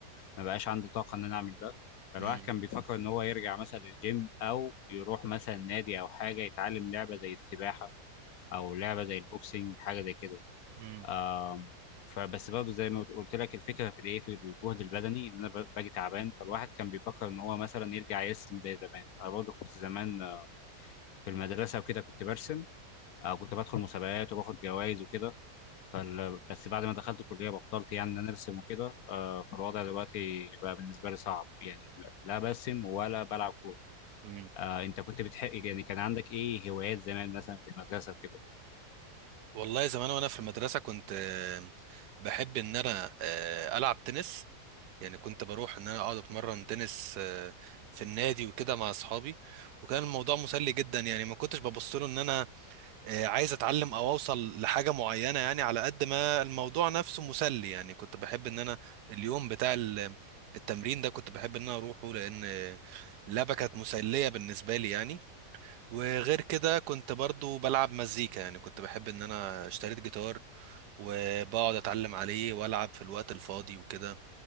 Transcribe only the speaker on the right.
مم.
مم.
مم.
والله زمان وانا في المدرسة كنت آه، بحب ان انا آه، العب تنس يعني كنت بروح ان انا اقعد اتمرن تنس آه، في النادي وكده مع اصحابي وكان الموضوع مسلي جدا يعني ما كنتش ببص له ان انا آه، عايز اتعلم او اوصل لحاجه معينه يعني على قد ما الموضوع نفسه مسلي يعني كنت بحب ان انا اليوم بتاع ال- التمرين ده كنت بحب ان انا اروحه لان اللعبه كانت مسليه بالنسبه لي يعني وغير كده كنت برضو بلعب مزيكا يعني كنت بحب ان انا اشتريت جيتار وبقعد اتعلم عليه والعب في الوقت الفاضي وكده